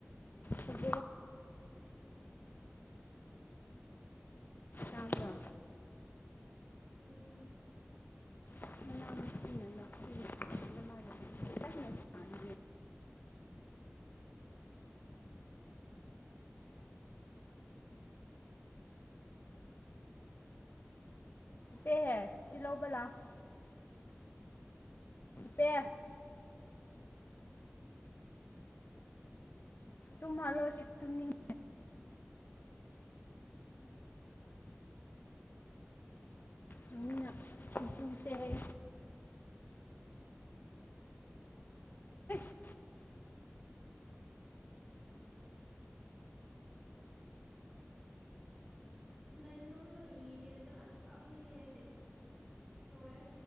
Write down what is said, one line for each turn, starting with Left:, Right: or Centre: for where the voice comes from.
Left: <inaudible> ꯇꯕ꯭ꯔꯥ
Centre: ꯎꯝ
Left: <inaudible> ꯄꯦꯍꯦ ꯁꯤ ꯂꯧꯕ ꯂꯥꯛꯎ ꯄꯦ ꯇꯨꯝꯍꯜꯂꯣ ꯁꯤ ꯇꯨꯝꯅꯤꯡ ꯃꯃꯤꯅ ꯏꯁꯨꯁꯦ ꯍꯩ <inaudible>
Centre: ꯅꯩꯅꯨꯗꯣ ꯏꯔꯗ ꯑꯁ ꯀꯞꯅꯤꯡꯉꯦ ꯑꯩꯗꯤ ꯂꯣꯏꯔꯦ